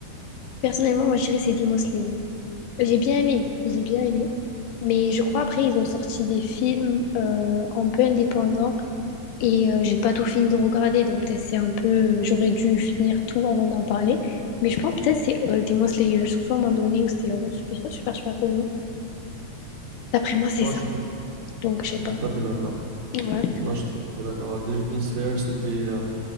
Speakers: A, on the left; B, on the right.
A: Personnellement, moi, je dirais c'est Demon Slayer. J'ai bien aimé, j'ai bien aimé. Mais je crois après, ils ont sorti des films euh, un peu indépendants et euh, j'ai pas tout fini de regarder. Donc peut-être c'est un peu... euh, J'aurais dû finir tout avant d'en parler. Mais je pense peut-être c'est euh, Demon Slayer, surtout à un moment donné où c'était vraiment super, super, super connu. D'après moi, c'est
B: Ouais,
A: ça.
B: je suis tout,
A: Donc je
B: je
A: sais pas.
B: suis tout à fait d'accord.
A: Ouais.
B: Non, je suis tout à fait d'accord. Demon Slayer, c'était, euh,